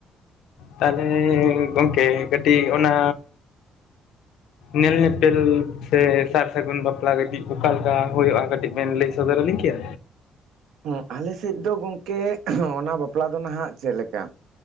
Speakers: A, on the left; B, on the right.
A: ᱛᱟᱦᱮᱞᱮ ᱜᱚᱝᱠᱮ ᱠᱟᱹᱴᱤᱜ ᱚᱱᱟ ᱧᱮᱞ ᱧᱮᱯᱮᱞ ᱥᱮ, ᱥᱟᱨ ᱥᱟᱹᱜᱩᱱ ᱵᱟᱯᱞᱟ ᱠᱟᱹᱴᱤᱜ ᱚᱠᱟ ᱞᱮᱠᱟ ᱦᱳᱭᱳᱜᱼᱟ ᱠᱟᱹᱴᱤᱡ ᱵᱮᱱ ᱞᱟᱹᱭ ᱥᱚᱫᱚᱨ ᱟᱹᱞᱤᱧ ᱠᱮᱭᱟ?
B: ᱦᱩᱸ ᱟᱞᱮ ᱥᱮᱫ ᱫᱚ ᱜᱚᱝᱠᱮᱜ ᱚᱱᱟ ᱵᱟᱯᱞᱟ ᱫᱚ ᱱᱷᱟᱸᱜ ᱪᱮᱫ ᱞᱮᱠᱟ